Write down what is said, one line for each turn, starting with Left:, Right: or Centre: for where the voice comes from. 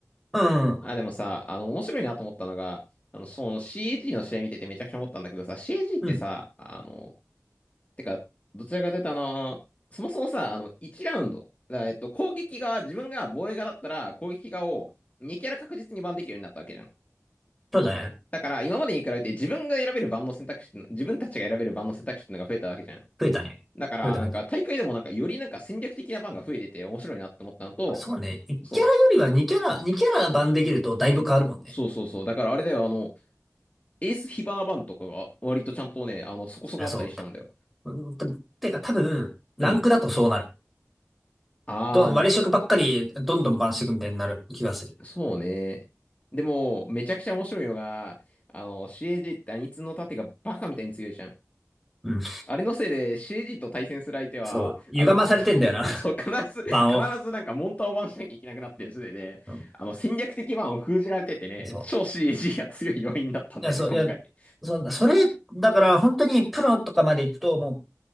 Centre: うん。
Left: あ、でもさ、あの、面白いなと思ったのが、あの、その c g の試合見ててめちゃくちゃ思ったんだけどさ、c g ってさ、
Centre: うん。
Left: あの、てか、どちらかというとあの、そもそもさ、あの、1ラウンド、だからえっと、攻撃側、自分が防衛側だったら、攻撃側を2キャラ確実にバンできるようになったわけじゃん。
Centre: そうだね。
Left: だから、今までに比べて自分が選べる番の選択肢っての、自分たちが選べる番の選択肢っていうのが増えたわけじゃん。
Centre: 増えたね。
Left: だから、
Centre: 増えた増えた。
Left: なんか大会でもなんかよりなんか戦略的な番が増えてて面白いなって思ったのと、
Centre: そうね。1キャラよりは2キャラ、
Left: そ
Centre: 2キャラ版できるとだいぶ変わるもんね。
Left: う、そうそうそう。だからあれだよ、あの、エース火花番とかが割とちゃんとね、あの、そこそこあったりしたんだよ。
Centre: あ、そう。うんたてか多分、
Left: うん。
Centre: ランクだとそうなる。
Left: あー、
Centre: ど、割り色ばっかりどんどんバンしていくみたいになる気がする。
Left: そうね。でも、めちゃくちゃ面白いのが、あの、CAG ってアニツの盾がバカみたいに強いじゃん。
Centre: うん。
Left: あれのせいで CG と対戦する相手は、
Centre: そう。歪まされてんだよな。
Left: あの、か <laughs>
Centre: <laughs>
Left: そう、必ず、
Centre: 版を。
Left: 必ずなんかモンターをバンしなきゃいけなくなってるせいで、
Centre: うん。
Left: あの、戦略的バンを封じられててね、
Centre: そ
Left: 超 CG が強い要因だったんだよね、
Centre: う。いや、そう、
Left: 今回。
Centre: いや、そんな、それ、だから本当にプロとかまで行くと、もう、